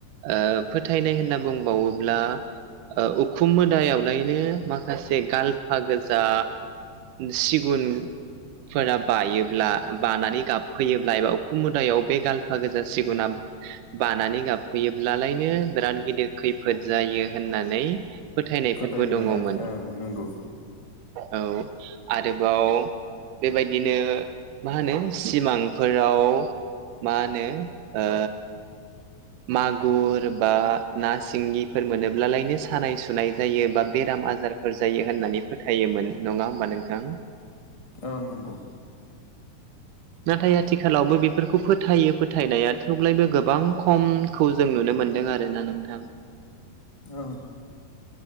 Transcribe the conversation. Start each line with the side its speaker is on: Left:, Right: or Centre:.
Right: ओ फोथायनाय होनना बुंबावोब्ला उखुम मोदायावलायनो माखासे गालफा गोजा सिगुनफोरा बायोब्ला बानानै गाब फैयोब्ला एबा उखुम मुदायाव बे गाल्फा गोजा सिगुना बानानै गाबहैयोब्लालायनो बिराद गिदिर खैफोद जायो होननानै फोथायनायफोरबो
Left: फोथायोमोन
Right: दङमोन।
Left: आरो ओं नंगौ
Right: औ आरोबाव बेबायदिनो मा होनो सिमांफोराव मा होनो ओ मागुर बा ना सिंगिफोर मोनोब्लालायनो सानाय सुनाय जायो बा बेराम आजार फोर जायो होननानै फोथायोमोन नङा होमबा नोंथां?
Left: ओं नंगौ।
Right: नाथाय आथिखालावबो बेफोरखौ फोथायो फोथायनाया थेवब्लाायबो गोबां खम। खौ जों नुनो मोन्दों आरोोना नोंथां।
Left: ओं।